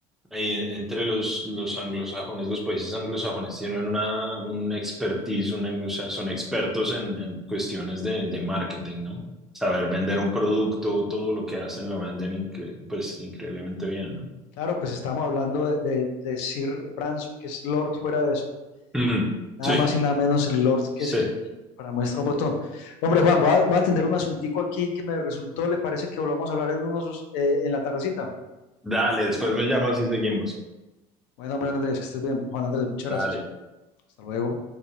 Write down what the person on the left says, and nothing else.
Claro, pues estamos hablando de, de- de Sir Branson, que es Lord fuera de eso.
Nada
más y nada menos el Lord,
que es el, el- para muestra un botón. Hombre, Juan, voy a, voy a atender un asuntico aquí que me resultó, le parece que volvamos a hablar en unos, eh, en la tardecita.
Bueno, hombre, Andrés, que estés bien. Juan Andrés, muchas
gracias. Hasta luego.